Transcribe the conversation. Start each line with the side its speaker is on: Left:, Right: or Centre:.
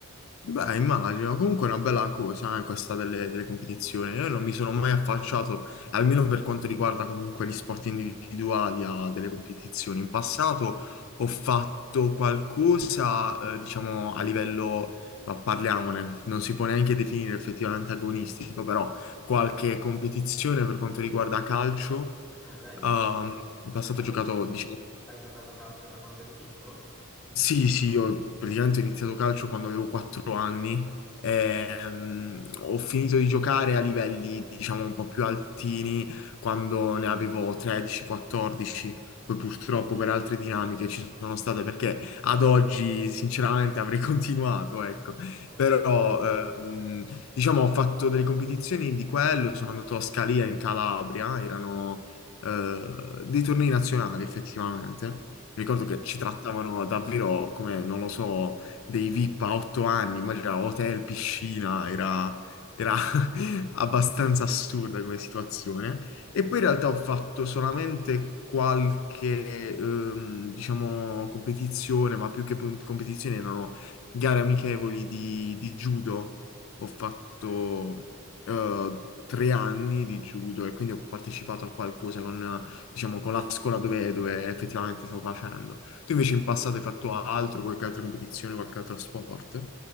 Left: Beh, immagino, comunque è una bella cosa, eh, questa delle, delle competizioni. Io non mi sono mai affacciato, almeno per quanto riguarda comunque gli sport individuali, a delle competizioni. In passato ho fatto qualcosa, eh, diciamo, a livello, ma parliamone, non si può neanche definire effettivamente agonistico, però qualche competizione per quanto riguarda calcio.
Centre: Ok?
Left: ehm, in passato
Centre: Ah,
Left: ho giocato,
Centre: quindi
Left: diciamo...
Centre: hai giocato a calcio da quando eri piccolo?
Left: Sì, sì, io praticamente ho iniziato calcio quando avevo 4 anni. ehm, ho finito di giocare a livelli, diciamo, un po' più altini quando ne avevo 13-14. Poi purtroppo per altre dinamiche ci sono state perché ad oggi sinceramente avrei <laughs> continuato, ecco.
Centre: Ok,
Left: Però ehm, diciamo ho fatto delle competizioni di quello, sono andato a Scalia in Calabria, erano eh, dei tornei nazionali effettivamente. Mi
Centre: ok,
Left: ricordo che ci trattavano davvero come, non lo so, dei VIP a otto anni, immagina hotel, piscina, era, era <laughs> abbastanza assurda come situazione. E poi in realtà ho fatto solamente qualche, ehm, diciamo, competizione, ma più che pun- competizioni erano gare amichevoli di, di judo. Ho fatto
Centre: ok.
Left: eh, tre anni di judo e quindi ho partecipato a qualcosa con diciamo, con la scuola dove, dove effettivamente stavo facendo. Tu invece in passato hai fatto altro, qualche altra competizione, qualche altro sport?